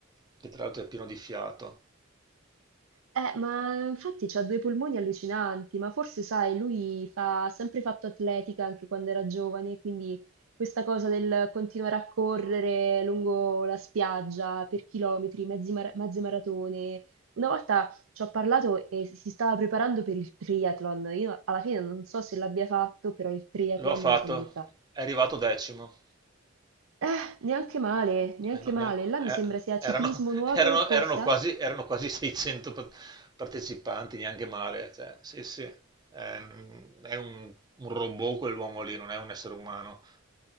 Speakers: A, on the right; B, on the right.
A: che tra l'altro è pieno di fiato.
B: Eh, ma infatti ha due polmoni allucinanti, ma forse sai, lui fa, ha sempre fatto atletica anche quando era giovane, quindi questa cosa del continuare a correre lungo la spiaggia per chilometri, mezzi mara- mezze maratone. Una volta ci ho parlato e si stava preparando per il triathlon. Io alla fine non so se l'abbia fatto, però il triathlon
A: Lo ha fatto,
B: mi sono detta.
A: è arrivato decimo.
B: Eh, neanche male, neanche
A: Eh, no,
B: male.
A: neanche-
B: Là mi
A: eh,
B: sembra sia
A: erano,
B: ciclismo, nuoto
A: <laughs> erano-
B: e corsa.
A: erano quasi, erano quasi 600 pa- partecipanti, neanche male. cioè, sì, sì, è, un, è un- un robot quell'uomo lì, non è un essere umano.